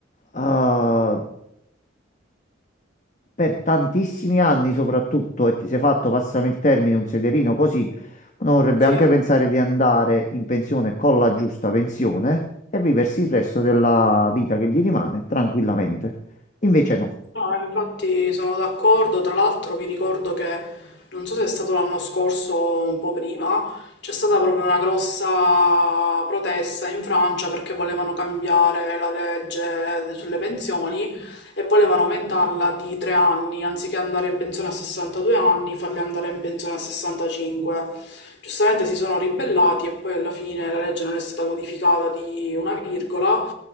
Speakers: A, on the left (about 40°); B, on the left (about 60°).
A: eh, per tantissimi anni soprattutto e ti sei fatto, passami il termine, un sederino così, uno vorrebbe
B: sì.
A: anche pensare di andare in pensione con la giusta pensione e viversi il resto della vita che gli rimane tranquillamente. Invece no.
B: No, infatti sono d'accordo, tra l'altro mi ricordo che, non so se è stato l'anno scorso o un po' prima, c'è stata proprio una grossa protesta in Francia perché volevano cambiare la legge sulle pensioni e volevano aumentarla di tre anni, anziché andare in pensione a 62 anni, farli andare in pensione a 65. Giustamente si sono ribellati e poi alla fine la legge non è stata modificata di una virgola.